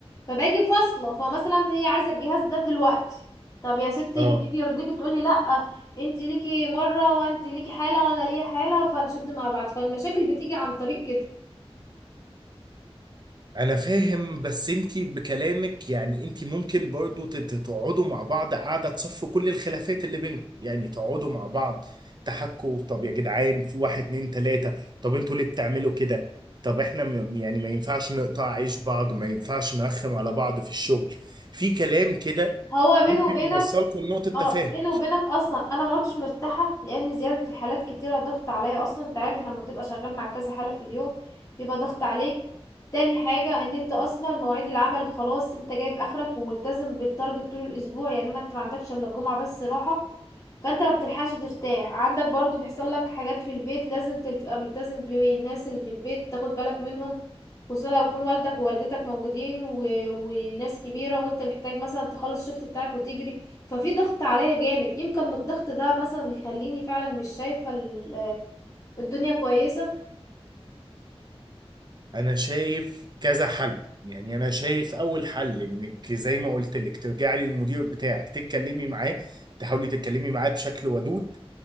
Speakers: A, on the left; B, on the right.
A: فباجي فاصلة فمثلا هي عايزة الجهاز ده دلوقتي طب يا ستي
B: اه
A: يهديكي يرضيكي تقولي لا انت ليكي مرة وانت ليكي حالة وانا ليا حالة فنشد مع بعض فالمشاكل بتيجي عن طريق كده
B: انا فاهم بس انتي بكلامك يعني انتي ممكن برضو تت- تقعدوا مع بعض قاعدة تصفوا كل الخلافات اللي بينكم يعني تقعدوا مع بعض تحكوا طب يا جدعان في واحد اتنين تلاتة طب انتوا ليه بتعملوا كده طب احنا م- يعني ما ينفعش نقطع عيش بعض ما ينفعش نرخم على بعض في الشغل في كلام كده
A: هو بينه
B: ممكن
A: وبينك
B: يوصلكم لنقطة تفاهم
A: اه بيني وبينك اصلا انا ما عدتش مرتاحه لان زياده الحالات كتيره ضغط عليا اصلا انت عارف لما بتبقى شغال مع كذا حاله في اليوم بيبقى ضغط عليك تاني حاجه ان انت اصلا مواعيد العمل خلاص انت جايب اخرك وملتزم بالتارجت طول الاسبوع يعني ما انت ما عندكش الا الجمعه بس راحه فانت ما بتلحقش ترتاح عندك برضو بيحصل لك حاجات في البيت لازم تل- تبقى ملتزم بالناس اللي في البيت تاخد بالك منهم خصوصا لو يكون والدك ووالدتك موجودين و... وناس كبيره وانت محتاج مثلا تخلص الشفت بتاعك وتجري ففي ضغط عليا جامد يمكن من الضغط ده مثلا يخليني فعلا مش شايفة ال- الدنيا كويسة
B: انا شايف كذا حل يعني انا شايف اول حل انك زي ما قلت لك ترجعي للمدير بتاعك تتكلمي معاه تحاولي تتكلمي معاه بشكل ودود